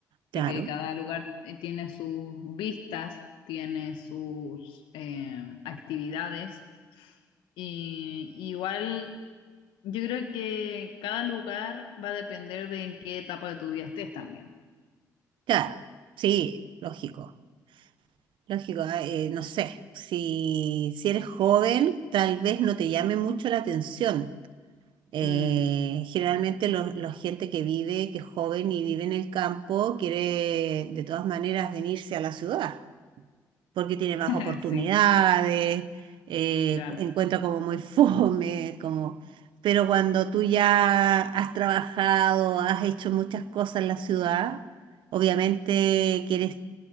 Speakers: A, on the right; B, on the left.
A: Claro,
B: porque cada lugar eh, tiene sus vistas, tiene sus eh, actividades y igual yo creo que cada lugar va a depender de en qué etapa de tu vida estés también.
A: claro, sí, lógico. Lógico, ah, eh, no sé, si, si eres joven, tal vez no te llame mucho la atención. Eh,
B: Mm,
A: generalmente lo- la gente que vive, que es joven y vive en el campo, quiere de todas maneras venirse a la ciudad, porque tiene más
B: <laughs>
A: oportunidades,
B: Sí,
A: eh,
B: claro.
A: encuentra como muy <laughs> fome, como... Pero cuando tú ya has trabajado, has hecho muchas cosas en la ciudad, obviamente quieres